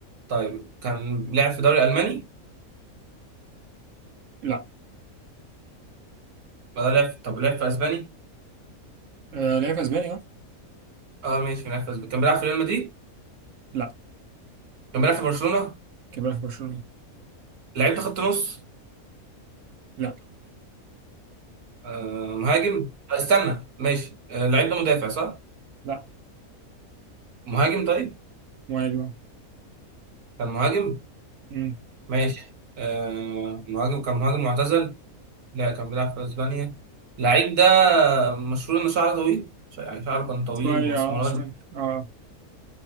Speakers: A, on the right; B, on the right.
A: طيب كان لعب في دوري الماني
B: لا
A: ولا لعب طب لعب في اسباني
B: آه، لعب في أسبانيا أه
A: اه ماشي لعب في اسباني كان بيلعب في ريال مدريد
B: لا
A: كان بيلعب في برشلونة
B: كان بيلعب في برشلونة
A: لعيب ده خط نص
B: لا
A: آه مهاجم آه، استنى ماشي آه لعيب ده مدافع صح
B: لا
A: مهاجم طيب
B: وأيوه
A: كان مهاجم
B: أمم،
A: ماشي آه مهاجم كان مهاجم معتزل لا كان بيلعب في اسبانيا لعيب ده مشهور ان شعره طويل ش- يعني شعره كان طويل
B: شوية
A: واسمراني
B: أه شوية أه